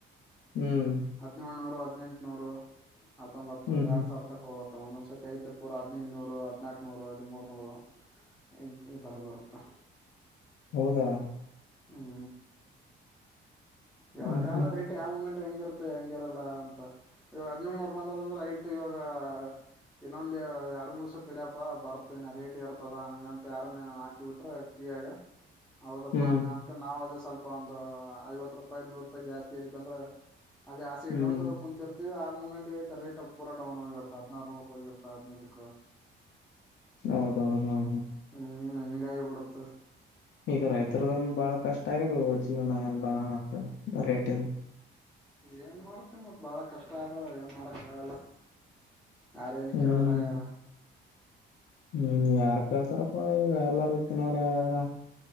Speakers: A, on the left (about 65°); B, in the centre.
A: ಹ್ಮ್
B: ಹದಿನೇಳುನೂರು ಹದಿನೆಂಟುನೂರು ಹತ್ತೊಂಬತ್ತು
A: ಹ್ಮ್
B: ಎರಡು
A: ಹ್ಮ್
B: ಸಾವಿರ ತಕ್ಕ ಹಓ ಒಂದೊಂದ್ಸತಿ ಐತೆ ಪುರ ಹದಿನೈದುನೂರು ಹದ್ ನಾಕ್ ನೂರು ಹದಿಮೂರ್ ನೂರು ಎಂತೆಂತವರು ಅದಾರ ಪಾ
A: ಹೌದಾ
B: ಹುಂ ಹೇಳಕ
A: ಹ್ಮ್
B: ಆಗಲರಿ
A: ಹ್ಮ್
B: ರೇಟ್ ಆ ಮೂಮೆಂಟ್ ಹೆಂಗಿರ್ತ ಹೆಂಗಿರಲ್ಲ ಅಂತ ಇವಾಗ ಅರ್ಜುನ್ ಅವರ ಬಂದಾರಂದ್ರೆ ಆಯ್ತು ಇವಾಗ ಇನ್ನೊಂದ ಎರಡು ಮೂರ್ ದಿವಸ ತಡ್ಯಿಪ್ಪ ಬರ್ತ ಈನ್ ರೇಟ್ ಎರತಪ್ಪ ತದ ಹಂಗಂತ ಯಾರನ್ನ ಹಾಕಿ ಬಿಟ್ರೆ ಕಿವಿಯಾಗ ಹೌದಪ್ಪಾ
A: ಹ್ಮ್
B: ಹಂಗಂತ ನಾವ್ ಅದು ಸ್ವಲ್ಪ ಒಂದು ಐವತ್ತು ರೂಪಾಯಿ ನೂರ್ ರೂಪಾಯಿ ಜಾಸ್ತಿ ಇರತ್ತಂದ್ರ ಅದೇ ಆಸೆ ಇಟ್ಕೊಂಡ್
A: ಹ್ಮ್
B: ಕೂರ್ತೀ ಚಿಲಿ ಆ ಮೂಮೆಂಟ್ ಐ ರೇಟ್ ಪೂರ ಡೌನ್ ಹೋಗಿರ್ತದ ಹದಿನಾರ ನೂರಕ ಹೋಗಿರ್ತ ಹದಿನೈದಕ
A: ಹೌದೌದು ಹ ಹೌದು
B: ಹ ಹಂಗಾಗಿ ಬಿಡತ್ತ
A: ಈಗ ರೈತರದನ್ ಬಾಳ ಕಷ್ಟ ಆಗ್ಯದು ಜೀವನ ಎಲ್ಲಾ ಬರಿ ರೇಟನ್
B: ಏನ್ ಮಾಡ್ತಿ ಮತ್ ಬಾಳ ಕಷ್ಟ ಆದ ಏನ್ ಮಾಡಕ್ ಆಗಲ್ಲಾ ಯಾರೇಏನ್
A: ಹ್ಮ್
B: ಕೇಳಲ್ಲ ಆಗ್ಯಾರ
A: ಹ್ಮ್ ಯಾರ್ ಕೇಳ್ತಾರಪ್ಪಾ ಈಗ ಎಲ್ಲಾರು ತ್ತಿನಾಅವ್ರೆ ಆರ್